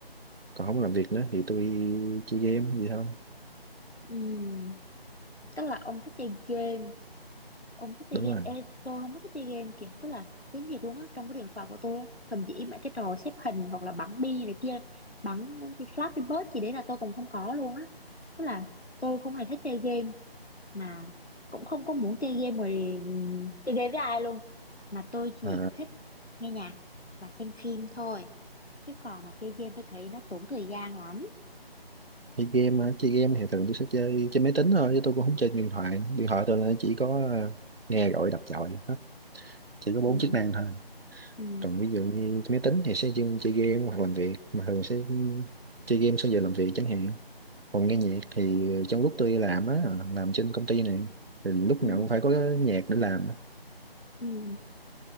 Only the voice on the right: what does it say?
còn không làm việc nữa thì tôi chơi game gì không
đúng
rồi
à,
chơi game á chơi game thì thường tôi sẽ chơi trên máy tính thôi chứ tôi cũng không chơi điện thoại điện thoại tôi là chỉ có à, nghe gọi đọc gọi hết chỉ có bốn
chức năng thôi
còn ví dụ như trên máy tính thì sẽ dùng chơi game hoặc làm việc mà thường sẽ ừ, chơi game sau giờ làm việc chẳng hạn còn nghe nhạc thì trong lúc tôi làm á làm trên công ty này thì lúc
nào cũng phải có nhạc để làm á